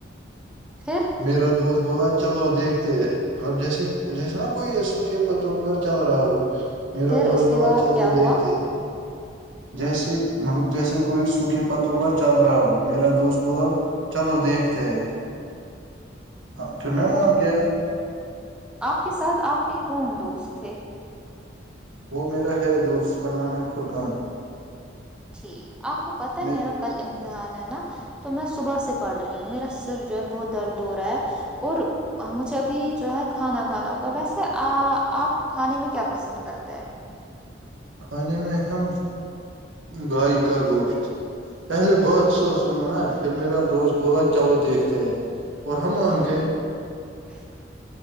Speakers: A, in the centre; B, on the right.
A: پھر
B: میرا دوست بولتا چلو دیکھتے مطلب جیسے جیسے نا کوئی سوکھے پتوں پر چل رہا ہو میرا
A: پھر اس
B: دوست
A: کے
B: بولا
A: بعد
B: چلو
A: کیا ہوا
B: دیکھتے جیس مطلب جیسے کوئی سکھے پتوں پر چل رہا ہو میرا دوست بولا چلو دیکھتے ہیں ہاں پھر میں مان کے
A: آپ کے ساتھ آپ کے کون دوست تھے
B: وہ میرا ہے دوست کا نام ہے فرقان
A: ٹھیک آپ کو پتہ ہے
B: میں
A: میرا کل امتحان ہے نا تو میں صبح سے پڑ رہی ہوں میرا سر جو ہے بہت درد ہو رہا ہے اور مجھے ابھی جو ہے کھانا کھانا ہوگا ویسے آپ کھانے میں کیا پسند کرتے ہیں
B: کھانے میں اہم گائے کا گوشت پہلے بہت سو سنو نا پھر میرا دوست بولا چلو دیکھتے ہیں اور ہمانون گے
A: ایک